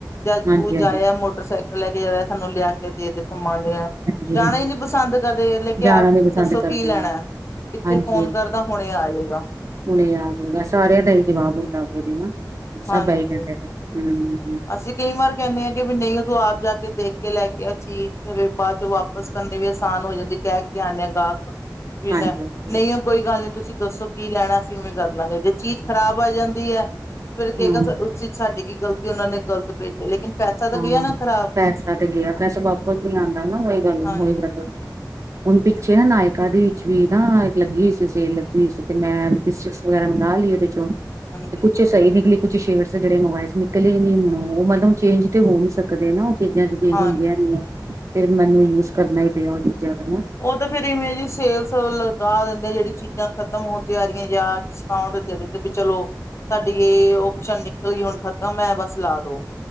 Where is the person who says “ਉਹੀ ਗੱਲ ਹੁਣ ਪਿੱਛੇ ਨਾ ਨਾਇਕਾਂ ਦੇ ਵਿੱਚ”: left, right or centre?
Right